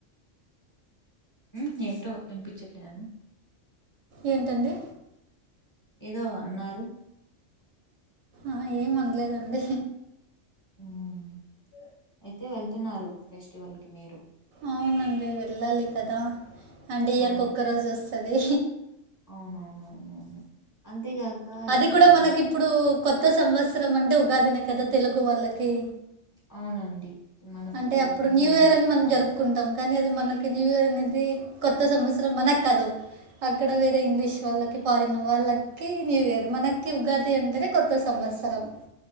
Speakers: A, on the left; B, on the right.
A: ఉమ్ ఏంటో వినిపించట్లేదండి
B: ఏంటండి
A: ఏదో అన్నారు
B: ఆ ఏం అనలేదండి
A: ఉమ్ అయితే వెళ్తున్నారు ఫెస్టివల్ కి మీరు
B: అవునండి వెళ్ళాలి కదా అంటే ఇయర్కు
A: ఆ!
B: ఒక్క రోజు వస్తది
A: అవునవునవునవును అంతేగాక
B: అది
A: ఇప్పుడు
B: కూడా మనకి ఇప్పుడు కొత్త సంవత్సరం అంటే ఉగాదినే కదా తెలుగు వాళ్ళకి
A: అవునండి మనకు
B: అంటే
A: ఉగాదినే
B: అప్పుడు న్యూ ఇయర్
A: మొదటి
B: అని మనం
A: పండుగ.
B: జరుపుకుంటాం కానీ అది మనకి న్యూ ఇయర్ అనేది కొత్త సంవత్సరం మనక్కాదు అక్కడ వేరే ఇంగ్లీష్ వాళ్ళకి ఫారిన్ వాళ్ళకి న్యూ ఇయర్ మనకి ఉగాది అంటేనే కొత్త సంవ వసరం